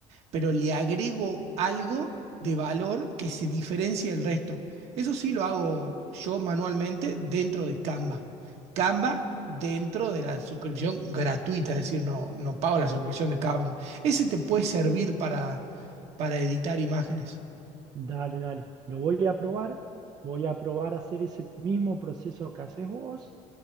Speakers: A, on the right; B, on the right.
A: pero le agrego algo de valor que se diferencie del resto. Eso sí lo hago yo manualmente dentro de Canva. Canva dentro de la suscripción gratuita, es decir, no, no pago la suscripción de Canva. Ese te puede servir para, para editar imágenes.
B: Dale, dale. Lo voy a probar. Voy a probar a hacer ese mismo proceso que haces vos.